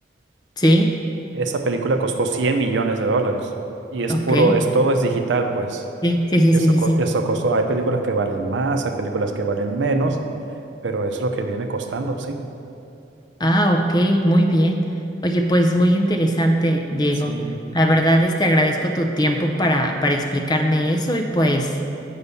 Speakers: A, on the left (about 20°); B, on the right (about 70°).
A: Sí,
B: esa película costó 100 millones de dólares y es
A: ok.
B: puro, es todo es digital, pues.
A: Sí, sí, sí,
B: Eso,
A: sí, sí,
B: co-
A: sí.
B: eso costó, hay películas que valen más, hay películas que valen menos. pero es lo que viene costando, sí.
A: Ah, ok, muy bien. Oye, pues muy interesante, Diego.
B: Sí,
A: La verdad es que agradezco tu tiempo para, para explicarme eso y pues